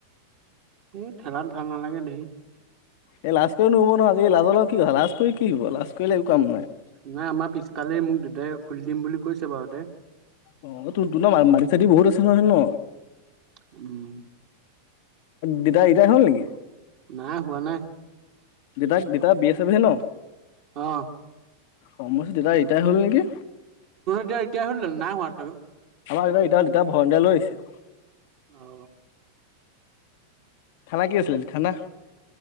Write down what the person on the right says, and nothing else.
এই ঠেলাত ভাল নালাগে দেই।
নাই আমাৰ পিছফালে মোক দেউতাই খুলি দিম বুলি। কৈছে বাৰুতে
উম।
নাই হোৱা নাই।
অ।
দিয়া ঋতাই হল নি নাইহোৱা।
অ।